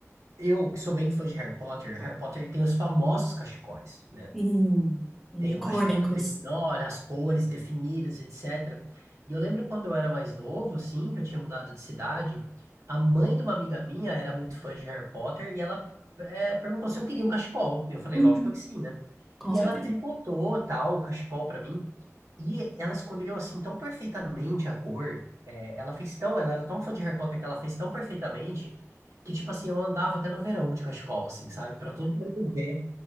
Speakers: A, on the right; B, in the centre.
A: eu, que sou bem fã de Harry Potter, Harry Potter tem os famosos cachecóis, né?
B: Sim, sim,
A: Tem
B: icônicos.
A: o cachecol da Grifinória, as cores definidas, etc. E eu lembro quando eu era mais novo, assim, que eu tinha mudado de cidade, a mãe de uma amiga minha era muito fã de Harry Potter e ela eh, perguntou se eu queria um cachecol. Eu falei,
B: Uhum,
A: lógico que sim, né?
B: com
A: E
B: certeza.
A: ela tricotou, tal, o cachecol pra mim. E ela escolheu assim tão perfeitamente a cor. é, ela fez tão, ela era tão fã de Harry Potter que ela fez tão perfeitamente que tipo assim, eu andava até no verão de cachecol, assim, sabe? Pra todo mundo ver.